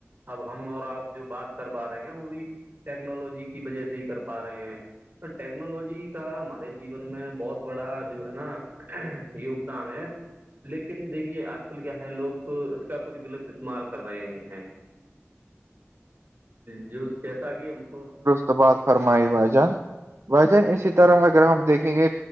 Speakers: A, on the right; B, on the right.
A: اب ہم اور آپ جو بات کر پا رہے ہیں وہ بھی ٹیکنالوجی کی وجہ سے ہی کر پا رہے ہیں تو ٹیکنالوجی کا ہمارے جیون میں بہت بڑا جو ہے نا یوگدان ہے لیکن دیکھیے آج کل کیا ہے لوگ اس کا کچھ غلط استعمال کر رہے ہیں جو جیسا کہ ہم کو
B: تو بات فرمائی بھائی جان بھائی جان اسی طرح اگر ہم دیکھیں گے